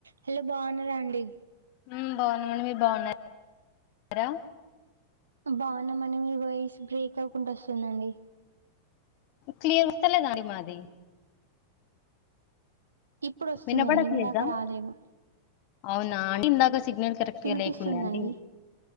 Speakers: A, on the right (about 75°); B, on the left (about 45°).
A: Hello బాన్నారా అండి
B: ఉమ్ బాన్నామండి మీరు బాన్నారా
A: బాగున్నామండి మీ వాయిస్ బ్రేక్ అవ్వకుండా వస్తుందండి
B: క్లియర్ వస్తలేదడి మాది
A: ఇప్పుడు వస్తుందండి
B: వినబడట్లేదా
A: ఇందాక రాలేదు
B: అవునా అంటే ఇందాక సిగ్నల్ కరెక్ట్
A: వినిపిస్తుందండి
B: గా లేకుండా అంటడి